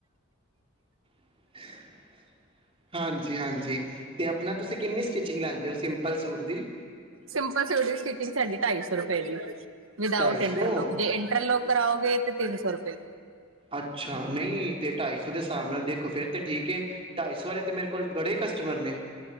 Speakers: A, on the right (about 30°); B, on the right (about 75°).
A: <inaudible> ਹਾਂਜੀ-ਹਾਂਜੀ ਤੇ ਆਪਣਾ ਤੁਸੀਂ ਕਿੰਨੀ ਸਟੀਚਿੰਗ ਲੈਂਦੇ ਹੋ ਸਿੰਪਲ ਸੂਟ ਦੀ?
B: ਸਿੰਪਲ ਸੂਟ ਦੀ ਸਟੀਚਿੰਗ ਸਾਡੀ ਢਾਈ ਸੌ ਰੁਪਏ ਵੇ ਵਿਦਾਊਟ
A: ਢਾਈ
B: ਇੰਟਰਲੋਕ
A: ਸੌ
B: ਜੇ ਇੰਟਰਲੋਕ ਕਰਾਓਗੇ ਤੇ ਤਿੰਨ ਸੌ ਰੁਪਏ।
A: ਅੱਛਾ, ਨਹੀਂ ਤੇ ਢਾਈ ਸੌ ਦੇ ਹਿਸਾਬ ਨਾਲ ਦੇਖੋ ਫੇਰ ਤੇ ਠੀਕ ਏ। ਢਾਈ ਸੌ ਆਲੇ ਤੇ ਮੇਰੇ ਕੋਲ ਬੜੇ ਕਸਟਮਰ ਨੇ।